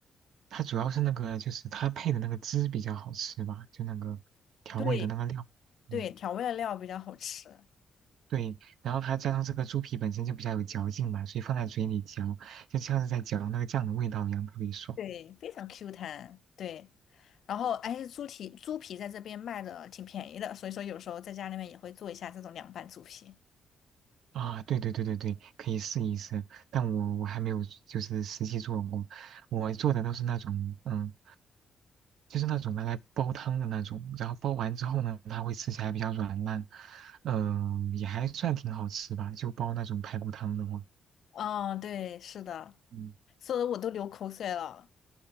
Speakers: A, on the right (about 75°); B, on the left (about 65°).
A: 它主要是那个就是它配的那个汁比较好吃吧，就那个调味的那个料，
B: 对，对，
A: 嗯，
B: 调味的料比较好吃，
A: 对，然后它加上这个猪皮本身就比较有嚼劲嘛，所以放在嘴里嚼，就像是在嚼那个酱的味道一样，特别爽。
B: 对，非常 Q 弹，对。然后，哎，猪蹄猪皮在这边卖的挺便宜的，所以说有时候在家里面也会做一下这种凉拌猪皮。
A: 啊，对对对对对，可以试一试，但我我还没有就是实际做过，我做的都是那种嗯，就是那种拿来煲汤的那种，然后煲完之后呢，它会吃起来比较软烂，嗯、也还算挺好吃吧，就煲那种排骨汤的话，
B: 嗯，对，是的，
A: 嗯，
B: 说的我都流口水了。